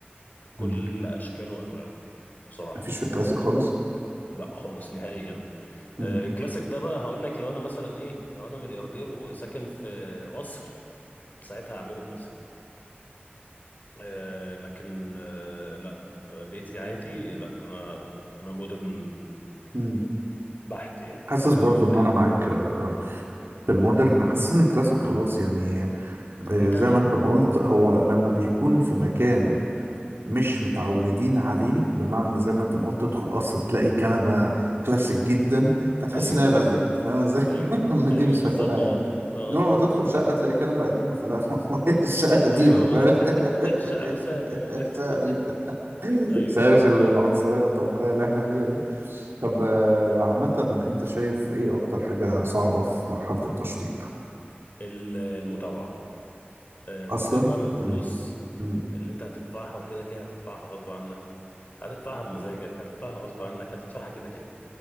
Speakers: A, on the left; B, on the right.
A: كل
B: مم.
A: اشكاله وانواعه بصراحه
B: مفيش في الكلاسيك خالص
A: لا خالص نهائيا
B: مم.
A: آه، كلاسيك ده بقى هقول لك لو انا مثلا ايه لو انا ملياردير وساكن في قصر ساعتها هعمله كلاسيك آه لكن آه لا بيتي عادي لا انا انا مودرن
B: مم.
A: بحت يعني
B: حاسس
A: آه
B: برضو
A: ما بح
B: ان انا معاك آه، في المودرن حاسس ان الكلاسيك خلاص يعني آه،
A: انتهى
B: زي ما انت ما قلت هو لما بيكون في مكان مش متعودين عليه بمعنى زي ما انت ما قلت تدخل قصر تلاقي كنبة كلاسيك جدا فتحس
A: ايوه
B: ان هي غالية
A: بالظبط
B: فاهم ازاي
A: ايوه
B: <laughs> إن
A: ايوه
B: دي مش
A: بالظبط
B: مكانها
A: والله
B: هنا
A: ده
B: انما
A: قصدي
B: لما تدخل
A: اه ده
B: شقة
A: قصدي
B: تلاقي كنبة قديمة فلا <laughs> الشقة
A: آه،
B: قديمة
A: ايوه بز...
B: فاهم
A: <laughs>
B: <laughs>
A: الشقه نفسها قديمه
B: الشقة
A: فاهم <laughs>
B: قديمة
A: ايوه
B: مش عارف
A: ايوه فاهمك
B: ال- العنصرية الطبقية اللي احنا فيها دي طب آه، عامة انت شايف ايه اكتر حاجة صعبة في مرحلة التشطيب
A: ال- المتابعه آه، فكك
B: اصلا
A: بقى من الفلوس
B: مم. مم.
A: اللي انت هتدفعها وكده كده هتدفعها غصب عنك هتدفعها بمزاجك هتدفعها غصب عنك هتدفعها كده كده